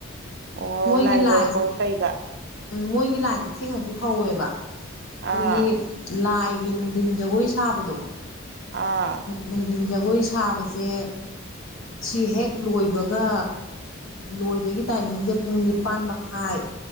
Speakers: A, on the right (about 55°); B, on the left (about 85°).
A: ꯑꯣ
B: ꯃꯣꯏꯒꯤ
A: ꯂꯥꯏ ꯂꯣꯏꯔꯛꯄꯒ
B: ꯂꯥꯏꯁꯤ
A: ꯀꯩꯒ
B: ꯃꯣꯏꯒꯤ ꯂꯥꯏꯗꯣ ꯊꯦꯡꯅꯁꯨ ꯍꯧꯋꯦꯕ ꯑꯈꯣꯏꯒꯤ
A: ꯑꯥ
B: ꯂꯥꯏ ꯒꯤ ꯅꯨꯡꯗꯤꯟ ꯖꯒꯣꯏ ꯁꯥꯕꯗꯣ
A: ꯑꯥ
B: ꯅꯨꯡꯗꯤꯟ ꯖꯒꯣꯏ ꯁꯥꯕꯁꯦ ꯁꯤ ꯍꯦꯛ ꯂꯣꯏꯕꯒ ꯂꯣꯏꯕꯒꯤ ꯇꯥꯏꯃꯤꯡꯁꯦ ꯄꯨꯡ ꯅꯤꯄꯥꯟ ꯃꯈꯥꯏ